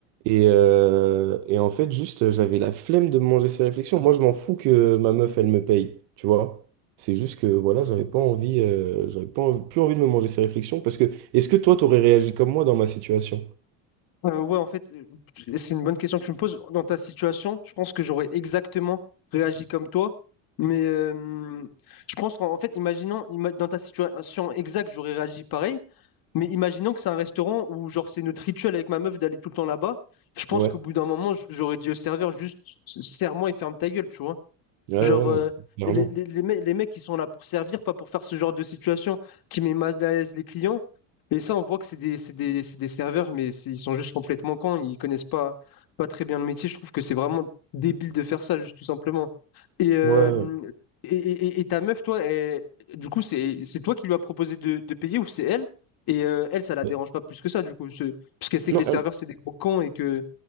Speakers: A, on the right (about 70°); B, on the left (about 55°).
A: Et, euh, et en fait, juste, euh, j'avais la flemme de me manger ces réflexions. Moi, je m'en fous que ma meuf, elle me paye, tu vois. C'est juste que voilà, j'avais pas envie, euh, j'avais pas envie- plus envie de me manger ces réflexions parce que est-ce que toi, t'aurais réagi comme moi dans ma situation?
B: Euh, ouais, en fait, euh, c'est une bonne question que je me pose. Dans ta situation, je pense que j'aurais exactement réagi comme toi. Mais euh, je pense qu'en en fait, imaginons, ima- dans ta situation exacte, j'aurais réagi pareil. Mais imaginons que c'est un restaurant où, genre, c'est notre rituel avec ma meuf d'aller tout le temps là-bas. Je pense
A: Ouais.
B: qu'au bout d'un moment, j- j'aurais dit au serveur, juste, serre-moi et ferme ta gueule, tu vois.
A: Ouais,
B: Genre,
A: ouais, non,
B: euh,
A: clairement.
B: les, les, les mecs les mecs, ils sont là pour servir, pas pour faire ce genre de situation qui met mal à l'aise les clients. Et ça, on voit que c'est des, c'est des, c'est des serveurs, mais c'est- ils sont juste complètement cons, ils connaissent pas, pas très bien le métier. Je trouve que c'est vraiment débile de faire ça, juste tout simplement. Et, euh,
A: Ouais.
B: et, et- et- et ta meuf, toi, elle- du coup, c'est c'est toi qui lui as proposé de, de payer ou c'est elle? Et euh, elle, ça la
A: Mais-
B: dérange pas plus que ça, du coup. Parce qu'elle sait que
A: Non,
B: les serveurs, c'est des gros cons et que.